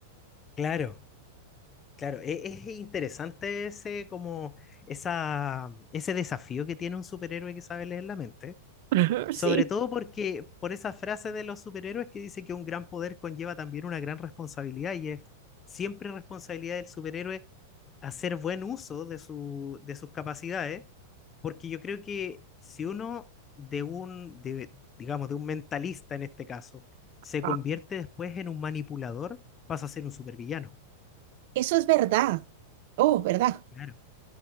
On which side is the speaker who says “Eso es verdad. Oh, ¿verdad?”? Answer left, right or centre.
Right